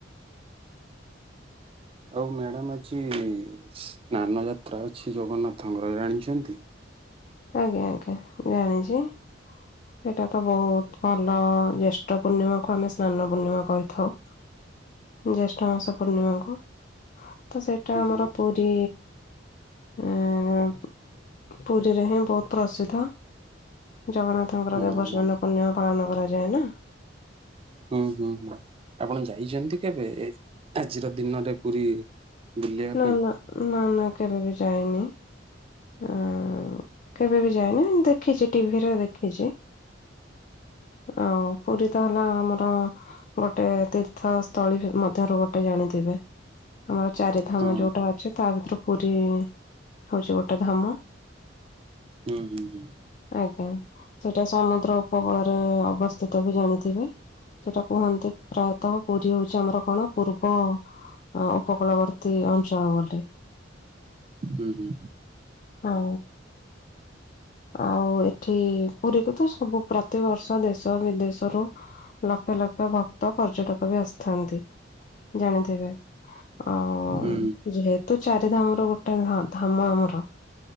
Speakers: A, on the right; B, on the left.
A: ଆଉ ମ୍ୟାଡ଼ାମ ଆଜି ସ୍ନାନ ଯାତ୍ରା ଅଛି ଜଗନ୍ନାଥଙ୍କର ଜାଣିଚନ୍ତି
B: ଆଜ୍ଞା ଆଜ୍ଞା ଜାଣିଚି। ଏଇଟା ତ ବହୁତ ଭଲ ଜ୍ୟେଷ୍ଠ ପୂର୍ଣ୍ଣିମାକୁ ଆମେ ସ୍ନାନ ପୂର୍ଣ୍ଣିମା କହିଥାଉ। ଜ୍ୟେଷ୍ଠ ମାସ ପୂର୍ଣ୍ଣିମାକୁ ତ ସେଟା
A: ହୁଁ
B: ଆମର ପୁରୀ ଅଁ, ପୁରୀରେ ହିଁ ବହୁତ ପ୍ରସିଦ୍ଧ। ଜଗନ୍ନାଥଙ୍କର
A: ହଁ
B: ଦେବ ସ୍ନାନ ପୂର୍ଣ୍ଣିମା ପାଳନ କରାଯାଏ ନା।
A: ହୁଁ, ହୁଁ, ହୁଁ, ଆପଣ ଯାଇଚନ୍ତି କେବେ ଏ ଆଜିର ଦିନ ରେ ପୁରୀ? ବୁଲିବା
B: ନା
A: ପାଇଁ
B: ନା ନା ନା କେବେ ବି ଯାଇନି। ଆ, କେବେ ବି ଯାଇନି। ମୁଁ ଦେଖିଛି ଟିଭିର ଦେଖିଛି। ଆଉ ପୁରୀ ତ ହେଲା ଆମର ଗୋଟେ ତୀର୍ ର୍ଥ ସ୍ଥଳୀ ଭି-ମଧ୍ୟରୁ ଗୋଟେ ଜାଣିଥିବେ। ଆମର ଚାରିଧାମ
A: ହଁ
B: ଯୋଉଟା ଅଛି ତା ଭିତରୁ ପୁରୀ ହଉଛି ଗୋଟେ ଧାମ।
A: ହୁଁ, ହୁଁ, ହୁଁ।
B: ଆଜ୍ଞା। ସେଇଟା ସମୁଦ୍ର ଉପକୂଳରେ ଅବସ୍ଥିତ ବି ଜାଣିଥିବେ। ସେଟା କୁହନ୍ତି ପ୍ରା ତ ପୁରୀ ହଉଛି ଆମର କଣ ପୂର୍ବ ଅ, ଉପକୂଳବର୍ ତୀ ଅଞ୍ଚଳ ବୋଲି।
A: ହୁଁ ହୁଁ
B: ହଁ। ଆଉ ଏଠି ପୁରୀକୁ ତ ସବୁ ପ୍ରତିବର୍ଷ ଦେଶ ବିଦେଶରୁୁ ଲକ୍ଷ ଲକ୍ଷ ଭକ୍ତ ପର୍ଯ୍ୟଟକ ବି ଆସି ଥାନ୍ତି ଜାଣିଥିବେ, ଆଉ
A: ହୁଁ
B: ଯେହେତୁ ଚାରି ଧାମ ର ଗୋଟେ ଧା-ଧାମ ଆମର।